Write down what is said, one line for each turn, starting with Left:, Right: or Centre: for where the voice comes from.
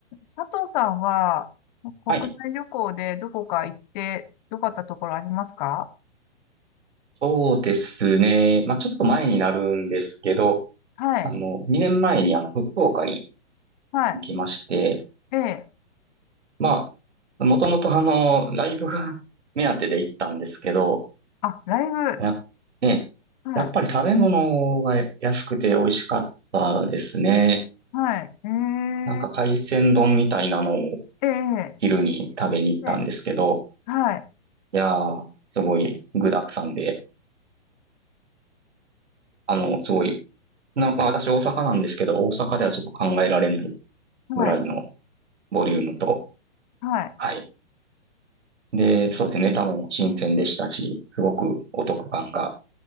Left: 佐藤さんは、国内旅行でどこか行って良かったところありますか
Right: はい。そうですね。まあ、ちょっと前になるんですけど、
Left: はい。
Right: あの、2年前にあの、福岡に
Left: はい。
Right: 行きまして、
Left: ええ。
Right: まあ、もともとあの、ライブが <laughs> 目当てで行ったんですけど、
Left: あ、ライブ。
Right: やっ、ね、
Left: はい。
Right: やっぱり食べ物が安くて美味しかったですね。
Left: はい。え
Right: なんか海鮮丼みたいなのを
Left: え。ええ。
Right: 昼に食べに行ったんですけど、
Left: ええ。はい。
Right: いやー、すごい具沢山で、あの、すごい、な、まあ、私大阪なんですけど、大阪ではちょっと考えられない。
Left: はい。
Right: ぐらいのボリュームと。
Left: はい。
Right: はい。で、そうですね。ネタも新鮮でしたし、すごくお得感が